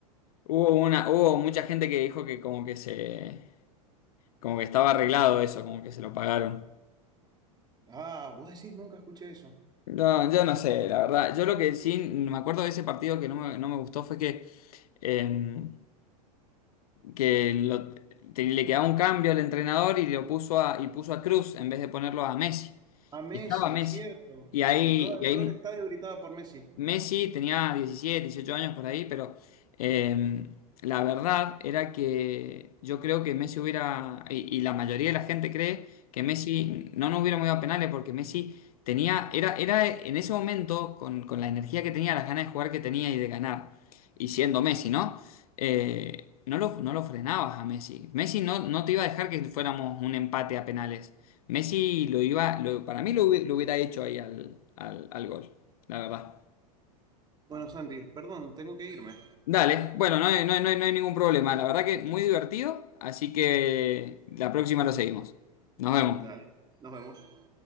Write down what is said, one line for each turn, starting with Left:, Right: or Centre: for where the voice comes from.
Left: Hubo una, hubo mucha gente que dijo que como que se Como que estaba arreglado eso, como que se lo pagaron.
Right: Ah, vos decís, nunca escuché eso.
Left: No, yo no sé, la verdad. Yo lo que sí me acuerdo de ese partido que no me, no me gustó fue que, eh, que lo- te- le quedaba un cambio al entrenador y lo puso a, y puso a Cruz en vez de ponerlo a Messi.
Right: A Messi,
Left: Y estaba Messi.
Right: cierto.
Left: Y ahí,
Right: Y todo,
Left: y ahí
Right: todo el estadio gritaba por Messi.
Left: Messi tenía 17, 18 años por ahí, pero eh, la verdad era que yo creo que Messi hubiera, y, y la mayoría de la gente cree que Messi no nos hubiera movido a penales porque Messi tenía, era, era en ese momento, con, con la energía que tenía, las ganas de jugar que tenía y de ganar, y siendo Messi, ¿no? Eh, no lo, no lo frenabas a Messi. Messi no, no te iba a dejar que fuéramos un empate a penales. Messi lo iba, lo- para mí lo, hubi- lo hubiera hecho ahí al, al al gol, la verdad.
Right: Bueno, Santi, perdón, tengo que irme.
Left: Dale, bueno, no hay, no hay- no hay- no hay ningún problema. La verdad que muy divertido, así que la próxima lo seguimos. Nos vemos.
Right: Dale, nos vemos.